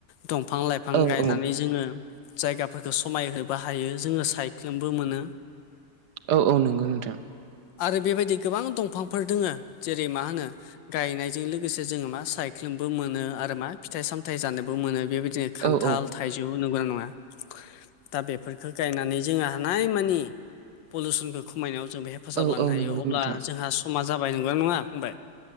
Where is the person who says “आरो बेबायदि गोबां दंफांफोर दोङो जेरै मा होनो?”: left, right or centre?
Left